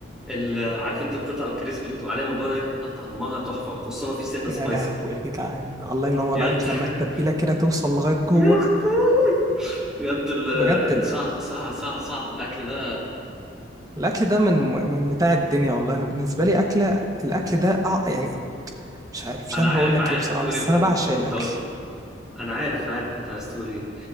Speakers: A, in the centre; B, on the right.
A: ال- عارف انت القطع الكريسبي اللي بتبقى عليها من بره دي بيبقى طعمها تحفه خصوصا في سنه
B: يا
A: سبايسي
B: لهوي
A: كده
B: يا جدعان الله ينور
A: يد
B: عليك
A: <laughs>
B: لما التتبيلة كده توصل لغاية جوه
A: يا اخوي يد ال-
B: بجد ال-
A: صع صع صع صعب الاكل ده
B: الاكل ده من من متاع الدنيا والله انا بالنسبة لي اكلة الاكل ده أع- يعني مش عارف مش
A: انا
B: عارف
A: عارف
B: اقول لك
A: عارف
B: ايه بصراحه
A: هتقول
B: بس
A: إيه، انت
B: انا
A: انت
B: بعشق
A: انت
B: الاكل
A: قلت انا عارف عارف انت عايز تقول ايه